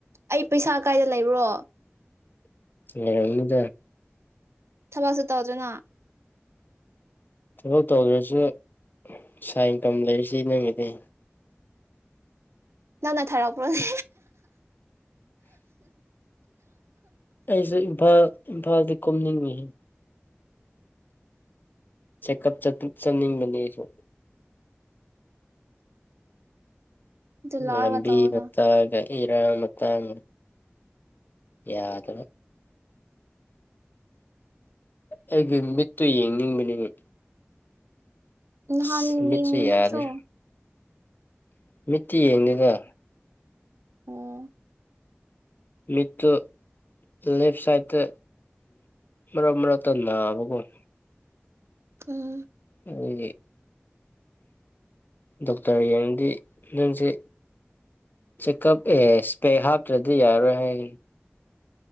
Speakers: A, on the right; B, on the left.
A: ꯑꯩ ꯄꯩꯁꯥ ꯀꯥꯏꯗ ꯂꯩꯕ꯭ꯔꯣ
B: <unintelligible>
A: ꯊꯕꯛꯁꯨ ꯇꯧꯗꯅ
B: ꯊꯕꯛ ꯇꯧꯗ꯭ꯔꯁꯨ ꯁꯥꯏꯟꯀꯝ ꯂꯩꯔꯤꯁꯤ ꯅꯨꯃꯤꯗꯤ
A: ꯅꯥ ꯊꯔꯄ꯭ꯔꯣꯅꯦ
B: ꯑꯩꯁꯨ ꯏꯝꯐꯥꯜ ꯏꯝꯐꯥꯜꯗꯤ ꯀꯨꯝꯅꯤꯡꯉꯤ ꯆꯦꯛꯀꯞ ꯆꯠꯅꯤꯡꯕꯅꯦ ꯑꯩꯁꯨ
A: ꯑꯗꯨ ꯂꯧꯔꯒ
B: ꯂꯕꯤ
A: ꯇꯧꯑꯣꯅ
B: ꯃꯠꯇꯒ ꯏꯔꯥꯡ ꯃꯇꯥꯡ ꯌꯥꯗꯕ ꯑꯩꯒꯤ ꯃꯤꯠꯇꯨ ꯌꯦꯡꯅꯤꯡꯕꯅꯤꯅꯦ ꯑꯁ
A: ꯅꯥꯟ
B: ꯃꯤꯠꯁꯦ
A: ꯌꯦꯅꯗ꯭ꯔꯣ
B: ꯌꯥꯗ꯭ꯔꯦ ꯃꯤꯠꯇꯤ ꯌꯦꯡꯗꯦꯗ
A: ꯑꯣ
B: ꯃꯤꯠꯇꯨ ꯂꯦꯞ ꯁꯥꯏꯗꯠꯇ ꯃꯔꯛ ꯃꯔꯛꯇ ꯅꯥꯕꯒꯨꯝ
A: ꯎꯝ
B: ꯑꯗꯨꯒꯤ ꯗꯣꯛꯇꯔ ꯌꯦꯡꯗꯤ ꯅꯪꯁꯦ ꯆꯦꯛꯀꯞ ꯑꯦ ꯁꯄꯦꯛ ꯍꯥꯞꯇ꯭ꯔꯗꯤ ꯌꯥꯔꯣꯏ ꯍꯥꯏ